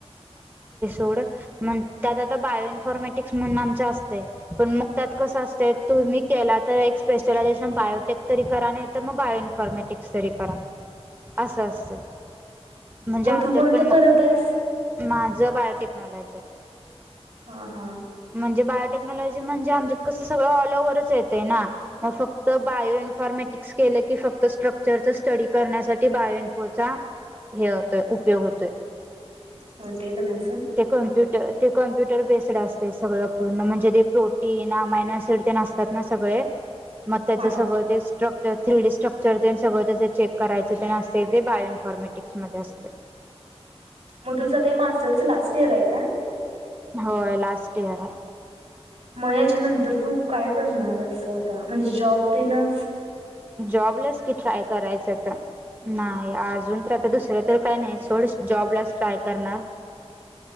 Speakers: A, on the right (about 20°); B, on the right (about 75°).
A: थोड म्हण. त्यात आता बायो इन्फॉर्मेटिक्स म्हणून आमच असते पण मग त्यात कसं असते तुम्ही केला तर. स्पेशलायझेशन बायोटेक तरी करा नाही तर मग बायो इन्फॉर्मॅटिक्स तरी करा. अस असतंय. म्हणजे
B: मग
A: आमच्यात
B: तू कोणतं
A: पण
B: करत आहेस
A: माझं बायोटेक्नॉलॉजी आहे.
B: हा हा.
A: म्हणजे बायोटेक्नॉलॉजी म्हणजे आमच्यात कसं सगळं ऑल ओव्हच येते ना मग फक्त बायो इन्फ मेटिक केलं की फक्त स्ट्रक् रचा स्टडी करण्यासाठी बायोएनफोचा हे होतोय उपयोग होतोय.
B: हो ते पणसं.
A: ते कम्प्युटर ते कम्प्युटर बेस्ड असते सगळं पूर्ण म्हणजे ते प्रोटीन अमायनो असिड ते नसतात ना सगळे. मग त्याचं
B: हा
A: सगळं ते स्ट्रक थ्री डी स्ट्रक्चर ते सगळं जे चेक करायचं ते असते ते बायो इन्फॉर्मेटिक्समध्ये असते
B: मधु जात मास्टरच लास्ट इयर आहे का
A: होय लास्ट इयर
B: मग याच्यानंतर तू काय करणार अस आता म्हणजे जॉब तेणच
A: जॉबलेस कि ट्राय करायच आता नाही अजून तर आता दुसरं तर काय नाही सोडस जॉबलाच ट्राय करणार